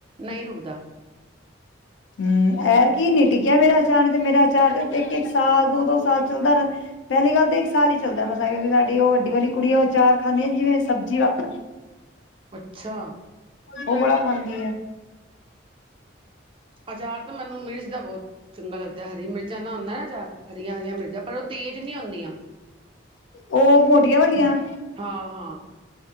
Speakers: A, on the right; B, on the left.
A: ਨਈ ਰੁਕਦਾ।
B: ਹਮ ਐਰ ਕੀ ਨੀ ਟਿੱਕੀਆ ਮੇਰਾ ਆਚਾਰ, ਨੀ ਤੇ ਮੇਰਾ ਆਚਾਰ ਇਕ-ਇਕ ਸਾਲ, ਦੋ-ਦੋ ਸਾਲ ਚਲਦਾ ਰੇ ਪੈਲੀ ਗੱਲ ਤੇ ਇਕ ਸਾਲ ਈ ਚਲਦਾ ਮਸਾ ਕਿਉਂਕਿ ਸਾਡੀ ਔ ਵੱਡੀ ਵਾਲੀ ਕੁੜੀ ਔ ਅਚਾਰ ਖਾਂਦੀ, ਜਿਵੇੰ ਸਬਜ਼ੀ ਵਾਕਣ।
A: ਅੱਛਾ।
B: ਔ ਬੜਾ ਖਾਂਦੀ ਏ।
A: ਅਚਾਰ ਤਾਂ ਮੈਨੂੰ ਮਿਰਚ ਦਾ ਬੋਤ ਚੰਗਾ ਲਗਦਾ। ਹਰੀ ਮਿਰਚਾਂ ਦਾ ਹੁੰਦਾ ਨਾ ਅਚਾਰ ਹਰੀਆਂ-ਹਰੀਆਂ ਮਿਰਚਾਂ ਪਰ ਔ ਤੇਜ਼ ਨੀ ਔੰਦੀਆਂ।
B: ਔ ਮੋਟੀਆਂ ਵਾਲੀਆਂ?
A: ਹਾਂ-ਹਾਂ।